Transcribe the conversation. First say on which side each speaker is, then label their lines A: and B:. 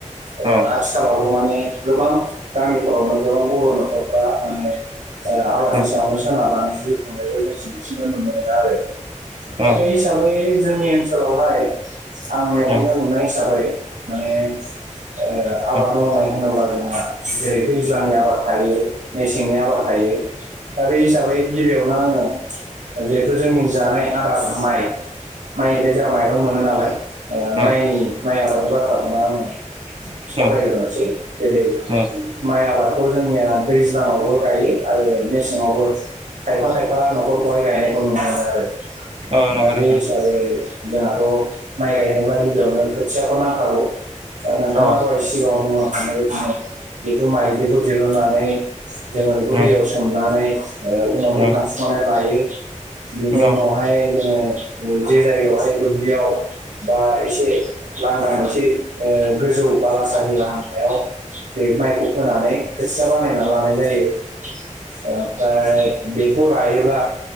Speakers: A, on the right; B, on the right.
A: ओ
B: अ
A: आथिखालावबो माने गोबां गामिफोराव मोन गोबां बर' न'खरफ्रा माने ओ आबादनि
B: अ
A: सायावनो सोनारनानै जिउ खुंनायखौ जों दिनैसिमबो नुनो मोनो। आरो दा
B: अ
A: बे हिसाबै जोंनि ओनसोलावहाय आं मेगनजों
B: अ
A: नुनाय हिसाबै माने ओ
B: अ
A: आबाद मावनाय होनोबा जोंहा जेरै दैज्लनि आबाद थायो । मेसेंनि आबाद थायो। दा बे हिसाबै गिबियावनो आङो जिहेथु जोंनि जानाय आदार माइ माइ बे जानायखौ मोनो नालाय ओ
B: अ
A: माइनि माइ आबादनि बाथ्राखौनो आङो सावरायग्रोनोसै
B: अ
A: जेरै
B: अ
A: माइ आबादखौ जोंनिया दैज्लाङावबो गायो आरो मेसेंङावबो खायफा खायफा न'खर गाय गायनायखौ नुनो मोनो। आरो
B: अ नंगौ
A: दा बे
B: नोंथां
A: हिसाबै जोंहाथ' माइ गायजेनब्ला गिबियावनो खोथियाखौ नांखागौ ओ नोंथाङा
B: अ
A: दहाय सिगाङाव बुं लांखाबाय बेखौ माइदिखौ दिरुननानै जोङो बेखौ
B: न
A: दैयाव सोमनानै ओ उनाव
B: न
A: बोखांफिनानै लायो बेनि
B: न
A: उनावहाय जोङो दुल्बि जायगायावहाय दुब्लियाव बा एसे लामा मोनसे ओ गोजौ बाला सानि लामा हायाव बे माइखौ फानै खोथिया बानायना लानाय जायो । ओमफ्राय बेहर ल्बा